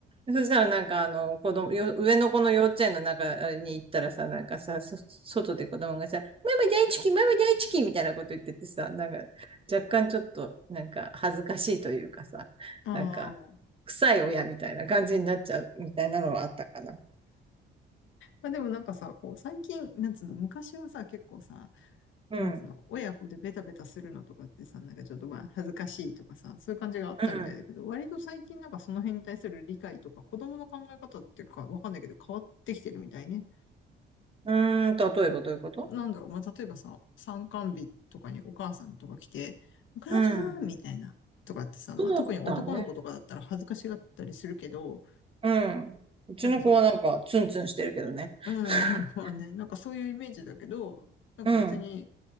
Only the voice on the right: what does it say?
そしたらなんかあの子供、よ上の子の幼稚園の中に行ったらさ、なんかさ、そ外で子供がさ、ママ大好き、ママ大好きみたいなこと言っててさ、なんか若干ちょっとなんか恥ずかしいというかさ、
なんか臭い親みたいな感じになっちゃうみたいなのはあったかな。
うん。
うん。
うーん、例えばどういうこと
うん。
そうだね。
うん。うちの子はなんかツンツンしてるけどね。
<laughs>
うん。